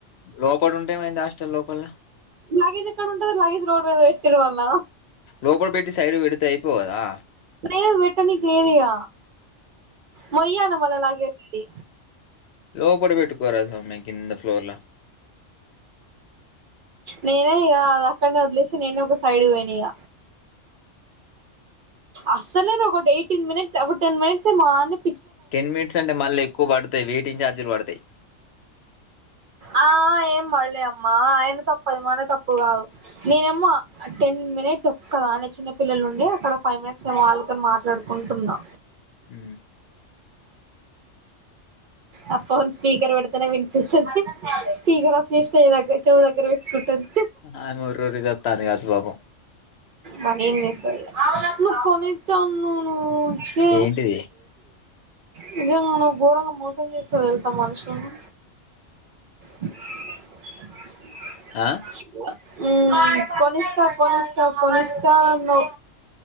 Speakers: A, on the left (about 60°); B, on the right (about 60°).
A: లోపల్ ఉంటే ఏమైంది హాష్ టే లోపల
B: లగేజ్ ఎక్కడుంటది లగేజ్ రోడ్ మీద పెట్టిరు వాళ్ళు
A: లోపల్ బెట్టి సైడ్కి పెడితే అయిపోవ్ కదా
B: లేద్ బెట్టనికి లేద్ ఇగ మొయ్యాల మల్ల లగే ఏ
A: లోపడ పెట్టుకోరా సమీ కింద ఫ్లోర్లో
B: నేనే ఇగ అది అక్కడనే వదిలేసి నేనే ఒక సైడ్కి పోయినా ఇగ అసలే నుగు ఎయిటీన్ మినిట్స్ ఒగు టెన్ మినిట్స్ ఏమో ఆన్ని
A: టెన్ మినిట్స్ అంటే మళ్ళీ ఎక్కువ బడ్తై వెయిటింగ్ ఛార్జీలు బడతై
B: ఆ ఏం వాళ్లే అమ్మా ఆయన తప్ అది మన తప్పు గాదు నేనేమ్ము టెన్ మినిట్స్ ఒక్కదానే చిన్న పిల్లలు ఉండి అక్కడ ఫైవ్ మినిట్స్ నేను వాళ్ళతోనే మాట్లాడుకుంటున్నా
A: ఊ
B: ఆ ఫోన్ స్పీకర్ పెడతనే వినిపిస్తుంది స్పీకర్ ఆఫ్ చేస్తే దగ్గర్ చొవ్ దగ్గర పెట్కుంటన్ది
A: ఆయమ్మ ఒర్రి ఒర్రి సత్తాంది కాచు పాపం
B: మనేం జేస్తవ్ లే నువ్ కొనిస్తా అన్నావు నువ్వు చీ
A: ఏంటిది
B: నిజంగా నువ్వు ఘోరంగా మోసం జేస్తవ్ తెల్సా మనుషులను <unintelligible>
A: ఆ
B: ఉమ్ కొనిస్తవ్ కొనిస్తవ్ కొనిస్తా అన్నావ్